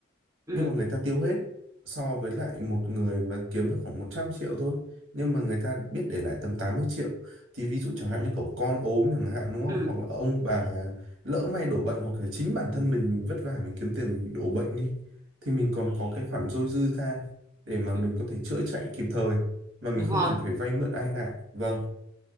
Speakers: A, on the right; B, on the right.
A: ừ
B: nhưng mà người ta tiêu hết so với lại một người mà kiếm được khoảng 100 triệu thôi nhưng mà người ta biết để lại tầm tám mươi triệu thì ví dụ chẳng hạn như cậu con ốm chẳng hạn đúng không
A: ừ
B: hoặc là ông bà lỡ may đổ bệnh hoặc là chính bản thân mình mình vất vả mình kiếm tiền mình bị đổ bệnh đi thì mình còn có cái khoản dôi dư ra để mà
A: ừ.
B: mình có thể chữa chạy kịp thời mà mình
A: đúng
B: không
A: rồi
B: cần phải vay mượn ai cả vâng